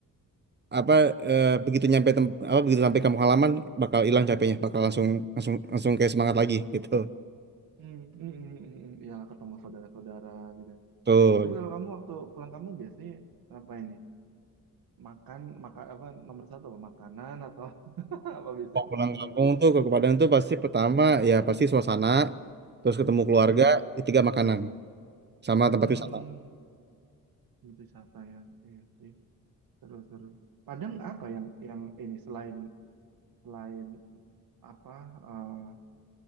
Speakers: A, on the right (about 30°); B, on the right (about 90°).
A: apa eh, begitu nyampe tem- apa begitu sampai kamu halaman bakal hilang capeknya bakal langsung langsung langsung kayak semangat lagi gitu
B: Hmm, mm, mm, mm, mm. Iyalah ketemu saudara-saudara gitu.
A: tuh
B: Tapi kalau kamu waktu pulang kamu biasanya ngapain nih? Makan, maka apa nomor satu apa makanan atau <laughs> apa biasanya
A: Kalau
B: kemana
A: pulang kampung
B: gitu?
A: tuh ke Padang tuh pasti pertama ya pasti suasana terus ketemu keluarga
B: Mm,
A: ketiga makanan sama tempat
B: mm.
A: wisata
B: Hmm, wisata ya. Iya sih. Seru, seru. Padang apa yang yang ini selain selain apa eh,